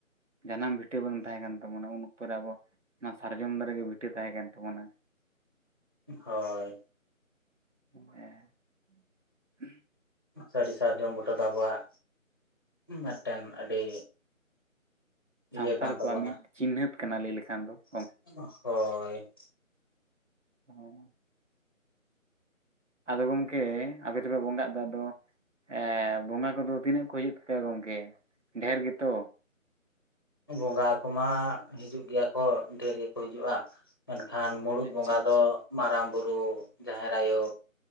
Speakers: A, on the right; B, on the left.
A: ᱡᱟᱱᱟᱢ ᱵᱷᱤᱴᱟᱹ ᱵᱟᱝ ᱛᱟᱦᱮᱸ ᱠᱟᱱ ᱛᱟᱵᱚᱱᱟ ᱾ ᱩᱱ ᱚᱠᱛᱚ ᱨᱮ ᱟᱵᱚ ᱚᱱᱟ ᱥᱟᱨᱡᱚᱢ ᱫᱟᱨᱮ ᱜᱮ ᱵᱷᱤᱴᱟᱹ ᱛᱟᱦᱮᱸ ᱠᱟᱱ ᱛᱟᱵᱚᱱᱟ ᱾
B: ᱦᱳᱭ ᱾
A: ᱦᱮᱸ ᱾
B: ᱥᱟᱹᱨᱤ ᱥᱟᱨᱡᱚᱢ ᱵᱩᱴᱟᱹ ᱫᱚ ᱟᱵᱚᱣᱟᱜ ᱢᱤᱫᱴᱮᱱ ᱟᱹᱰᱤ
A: ᱥᱟᱱᱛᱟᱲ
B: ᱤᱭᱟᱹ ᱠᱟᱱ ᱛᱟᱵᱚᱱᱟ
A: ᱠᱚᱣᱟᱜ ᱢᱤᱫ ᱪᱤᱱᱦᱟᱹᱛ ᱠᱟᱱᱟ ᱞᱟᱹᱭ ᱞᱮᱠᱷᱟᱱ ᱫᱚ ᱾
B: ᱦᱳᱭ ᱾
A: ᱦᱮᱸ ᱾ ᱟᱫᱚ ᱜᱚᱝᱠᱮ ᱟᱯᱮ ᱫᱚᱯᱮ ᱵᱚᱸᱜᱟᱜ ᱫᱚ ᱟᱫᱚ ᱮ, ᱵᱚᱸᱜᱟ ᱠᱚᱫᱚ ᱛᱤᱱᱟᱹᱜ ᱠᱚ ᱦᱤᱡᱩᱜ ᱛᱟᱯᱮᱭᱟ ᱜᱚᱝᱠᱮ ᱰᱷᱮᱨ ᱜᱮᱛᱚ?
B: ᱵᱚᱸᱜᱟ ᱠᱚᱢᱟ ᱦᱤᱡᱩᱜ ᱜᱮᱭᱟ ᱠᱚ ᱰᱷᱮᱨ ᱜᱮᱠᱚ ᱦᱤᱡᱩᱜᱼᱟ ᱾ ᱢᱮᱱᱠᱷᱟᱱ ᱢᱩᱲᱩᱫ
A: ᱟᱪᱪᱷᱟ
B: ᱵᱚᱸᱜᱟ
A: ᱟᱪᱪᱷᱟ
B: ᱫᱚ ᱢᱟᱨᱟᱝ ᱵᱩᱨᱩ, ᱡᱟᱦᱮᱨ ᱟᱭᱳ,